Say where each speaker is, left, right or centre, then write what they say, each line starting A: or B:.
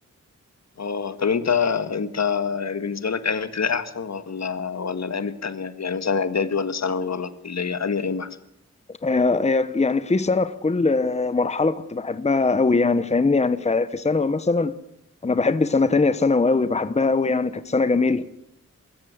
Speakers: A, on the left; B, on the left.
A: اه طب انت انت يعني بالنسبه لك ايام ابتدائي احسن ولا ولا الايام التانيه يعني مثلا اعدادي ولا ثانوي ولا الكليه انهي ايام احسن
B: آه، آه، يعني في سنه في كل آه، مرحله كنت بحبها قوي يعني فاهمني يعني في في ثانوي مثلا انا بحب سنه تانية ثانوي قوي بحبها قوي يعني كانت سنه جميله